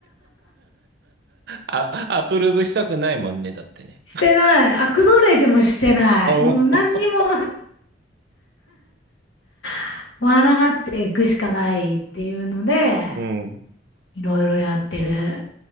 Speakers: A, on the right; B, on the left.
A: あ、アプローブしたくないもんね、だってね。
B: してない。アクノレージもしてない。
A: あお。
B: もう何にも <laughs> 笑がっていくしかないっていうので、
A: <laughs> うん。
B: いろいろやってる。